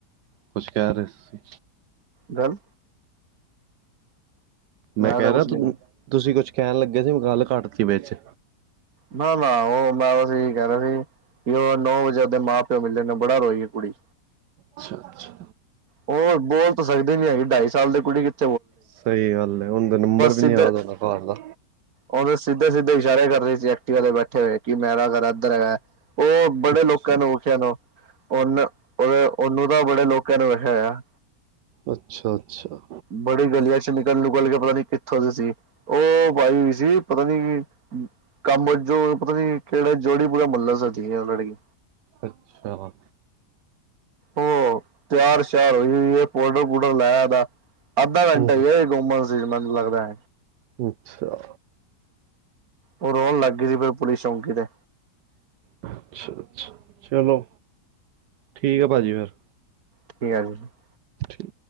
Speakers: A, on the right; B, on the right.
A: ਕੁਛ ਕਹਿ ਰਹੇ ਸੀ
B: ਦਰ
A: ਮੈਂ ਕਹਿ
B: ਤਾਂ ਕੁਛ
A: ਰਿਹਾ
B: ਨੀ ਕਰ
A: ਤੁਸੀਂ ਕੁਛ ਕਹਿਣ ਲੱਗੇ ਸੀ ਮੈਂ ਗੱਲ ਘੱਟ ਸੀ ਵਿਚ
B: ਨਾ ਨਾ ਉਹ ਮੈਂਸੀ ਕਹਿ ਰ ਰਿ ਸੀ ਵੀ ਉਹ ਨੌ ਵਜੇ ਉਹਦੇ ਮਾਂ ਪਿਓ ਮਲੇ ਨੇ ਬੜਾ ਰੋਈ ਹੈ ਕੁੜੀ
A: ਅੱਛਾ ਅੱਛਾ
B: ਉਹਰ ਬੋਲ ਤਾਂ ਸਕਦੇ ਨੀ ਹੈਗੇ ਢਾਈ ਸਾਲ ਦੇ ਕੁੜੀ ਕਿਥ
A: ਸਹੀ ਗੱਲ ਹੈ ਹੁਣ ਤੇ ਨੰਬਰ ਵੀ
B: ਸਿੱਧੇ
A: ਨੀ ਯਾਦ ਆਦਾ ਘਰ ਦਾ
B: ਉਹਦੇ ਸਿੱਧੇ ਸਿੱਧੇ ਇਸ਼ਾਰੇ ਕਰ ਰਹੇ ਸੀ ਐਕ ਦੇ ਬੈਠੇ ਹੋਏ ਕਿ ਮੈਂਰਾ ਕਰਾ ਇੱਧਰ ਹੈਗਾ ਉਹ ਬੜੇ
A: ਅੱਛਾ
B: ਲੋਕਾਂ ਨੂੰ ਵਖਿਆ ਨੂੰ ਨ ਉਹਦੇ ਉਹਨੂੰ ਤਾਂ ਬੜੇ ਲੋਕਾਂ ਨੇ ਵੇਖਿਆ
A: ਅੱਛਾ ਅੱਛਾ
B: ਬੜੀ ਗਲੀਆਂ ਚ ਨਿਕਲ ਨਿਕਲ ਕੇ ਪਤਾ ਨੀ ਕਿੱਥੋਂ ਦੇ ਸੀ ਉਹ ਬਾਈਈ ਸੀ ਪਤਾ ਨੀ ਕਾੰਮ ਵਜੋ ਪਤਾ ਨੀ ਕੇੜਾ ਜੋੜੀ ਪੂਰਾ ਮਲਾ <unintelligible>
A: ਅੱਛਾ।
B: ਓ ਤੇਆਰ ਸ਼ੇਆਰ ਹੋਈ ਓਈ ਏ, ਪੋਡਰ ਪੁਡਰ ਲਾਯਾ ਦਾ। ਅੱਧਾ ਘੰਟਾ
A: ਹਮ
B: <unintelligible> ਕੋਮਲ ਸੀ ਮੈਨੂੰ ਲੱਗਦਾ
A: ਅੱਛਾ।
B: ਉਹ ਰੋਣ ਲੱਗ ਗਈ ਫਿਰ ਪੁਿਸ ਚੌਂਕੀ ਤੇ
A: ਅੱੱ ਚਲੋ ਠੀਕ ਹੈ ਭਾਜੀ ਫਿਰ
B: <unintelligible>
A: ਠੀਕ